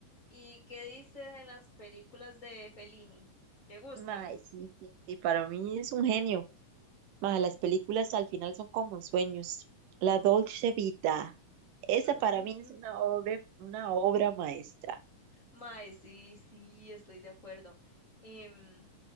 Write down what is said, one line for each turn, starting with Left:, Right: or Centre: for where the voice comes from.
Left: ¿Y qué dice de las películas de Fellini? ¿Te gustan?
Right: Mae, sí, sí, sí, para mí es un genio. Mae, las películas al final son como sueños. La Dolce Vita, esa
Left: Ujú.
Right: para mí es una obra, una obra maestra.
Left: Mae, sí, sí, estoy de acuerdo. Em,